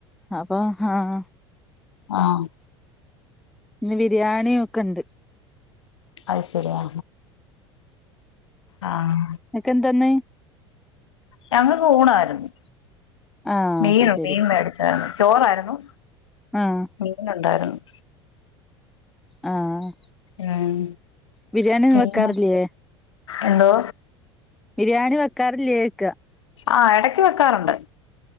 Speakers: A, in the centre; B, on the left.
A: അപ്പൊ ആഹ്
B: ആഹ്
A: ഇന്ന് ബിരിയാണിയക്കെ ഉണ്ട്
B: അത് ശരിയാ ആഹ്
A: ഇങ്ങക്കന്താന്ന്
B: ഞങ്ങക്ക് ഊണായിരുന്നു
A: ആഹ്
B: മീന
A: അത് ശരി
B: മീൻ മേടിച്ചായിരുന്നു ചോറായിരുന്നു
A: ആഹ്
B: മീനുണ്ടായിരുന്നു
A: ആഹ്
B: ഉം
A: ബിരിയാണിന്ന്
B: പിന്നെ
A: വെക്കാറില്ലേ
B: എന്തോ
A: ബിരിയാണി വെക്കാറില്ലേയ്ക്ക
B: ആഹ് എടക്ക് വെക്കാറുണ്ട്